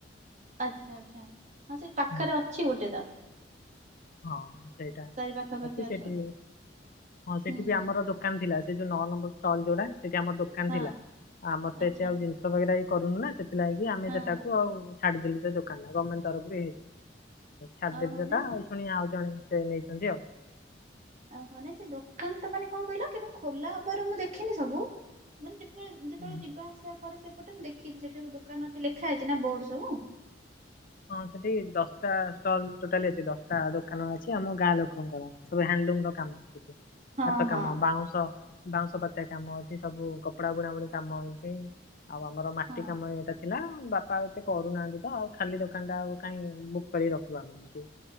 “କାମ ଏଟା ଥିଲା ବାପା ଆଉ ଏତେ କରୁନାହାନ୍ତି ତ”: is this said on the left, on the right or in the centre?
Left